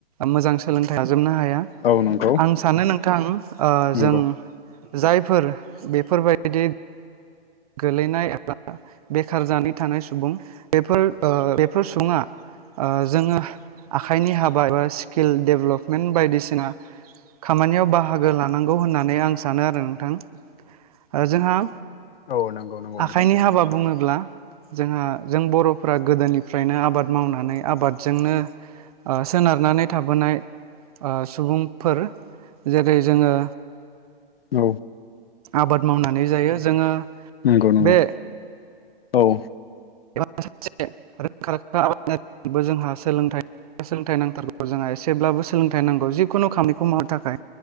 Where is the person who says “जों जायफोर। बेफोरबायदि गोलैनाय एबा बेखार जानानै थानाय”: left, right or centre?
Right